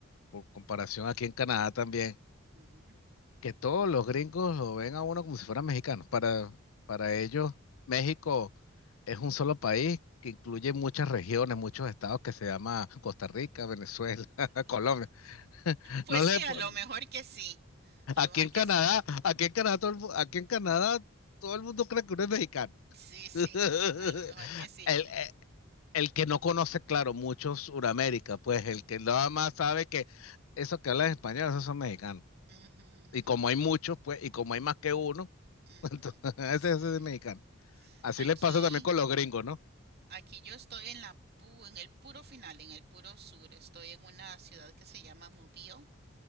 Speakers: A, on the left (about 80°); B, on the right (about 50°).
A: por comparación aquí en Canadá también
B: Ujú.
A: que todos los gringos lo ven a uno como si fueran mexicanos. Para, para ellos, México es un solo país que incluye muchas regiones, muchos estados que se llama Costa Rica, Venezuela, <laughs> Colombia. <laughs>
B: Pues
A: No le
B: sí, a
A: pon-
B: lo mejor que sí. A
A: aquí
B: lo mejor
A: en
B: que
A: Canadá,
B: sí.
A: aquí en Canadá, todo el, mu- aquí en Canadá, todo el mundo cree que uno es mexicano.
B: Sí, sí.
A: <laughs>
B: A lo mejor que sí.
A: El, eh, el que no conoce, claro, mucho Suramérica, pues el que nada más sabe que esos que hablan español, esos son mexicanos.
B: Ujú, ujú,
A: Y como hay
B: Sí.
A: muchos, pues, y como hay más que uno,
B: ujú,
A: <laughs> ese,
B: Sí.
A: ese es mexicano. Así
B: Aquí,
A: le pasa también con los gringos, ¿no?
B: aquí yo estoy en la pu- en el puro final, en el puro sur. Estoy en una ciudad que se llama Mobile